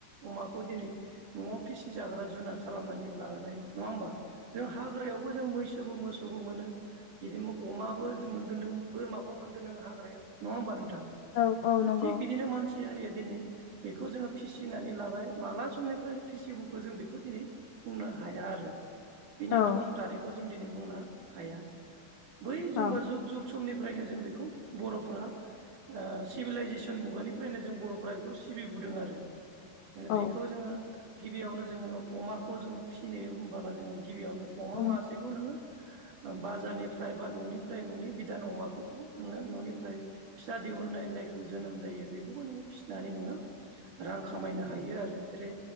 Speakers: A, on the right; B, on the left.
A: अमाखौ दिनै न'आव फिसिजाग्रा जुनार खालामनानै लाबाय नङा होमबा? जों हाग्रायावबो जों मैसोबो मोसौबो मोनो बिदि म अमाबो जो मोनगोन नोङो । बोरमाबो मोनगोन नों हाग्रायाव नङा होमबा नोंथां
B: औ औ नंगौ
A: थिग बिदिनो मानस सियारिया दिनै बेखौ जोङो फिसिनानै लाबाय माला समनिफ्राय फिसिबोख खो जों बेखौ दिनै बुंनो हाया आरो बिनि
B: औ औ
A: थं थारिखखौ जों दिनै बुंनो हाया । बै जेनबा
B: औ
A: जुग जुग समनिफ्रायनो जों बेखौ बर' फोरा ओ सिभिलाइजेसन मुगानिफ्रायनो जों बर'फोरा बेखौ सिबिबुदों आरो ओ
B: औ
A: बेखौ जोङो गिबियावनो जोङो अमाखौ जोङो फिसिनायाव होनबाला जोङो गिबियावनो अमा
B: अ
A: मासेखौ नोङो ओ बाजारनिफ्राय बा न'निफ्राय न'नि बिदान अमाखौ नोङो न'निफ्राय फिसा दिहुननाय जा जायखौ जोनोम जायो बेखौबो नोङो फिसिनानै नोङो रां खामायनो हायो आरो ओ जेरै